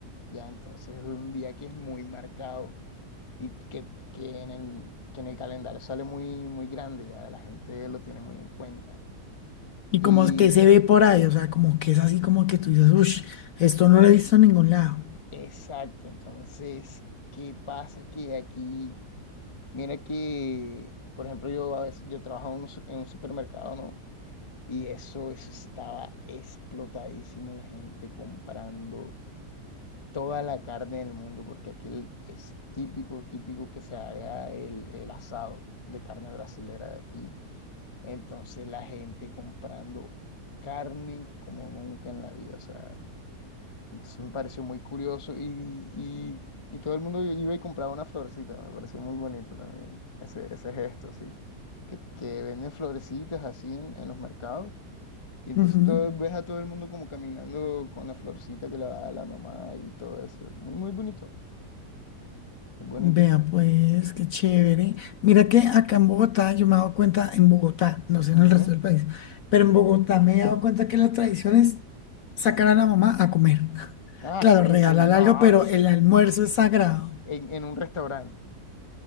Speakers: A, on the left; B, on the left.
A: Ya, entonces es un día que es muy marcado y que, que en el, que en el calendario sale muy, muy grande, ya la gente lo tiene muy en cuenta.
B: ¿Y
A: Y
B: cómo es que se ve por ahí? O sea, como que es así como que tú dices, uff, esto no lo he visto en ningún lado.
A: Exacto, entonces, ¿qué pasa? Que aquí, mira que, por ejemplo, yo a veces, yo trabajaba en un, su- en un supermercado, ¿no? Y eso, eso estaba explotadísimo, la gente comprando toda la carne del mundo, porque aquí el- es típico, típico que se haga el, el asado de carne brasilera de aquí. Entonces, la gente comprando carne como nunca en la vida, o sea. Entonces me pareció muy curioso y, y, y todo el mundo iba y compraba una florecita. Me pareció muy bonito también ese, ese gesto, sí. Que, que venden florecitas así en, en los mercados. Y entonces
B: Ujú.
A: todo, ves a todo el mundo como caminando con la florcita que le da la mamá y todo eso. Muy, muy bonito, muy bonito.
B: Vea, pues, qué chévere. Mira que acá en Bogotá, yo me he dado cuenta, en Bogotá, no sé
A: Ujú.
B: en el resto del país, pero en Bogotá me he dado cuenta que la tradición es sacar a la mamá a comer. <laughs>
A: Ah,
B: Claro,
A: sí,
B: regalar
A: sí, no.
B: algo, pero el almuerzo es sagrado.
A: En, en un restaurante.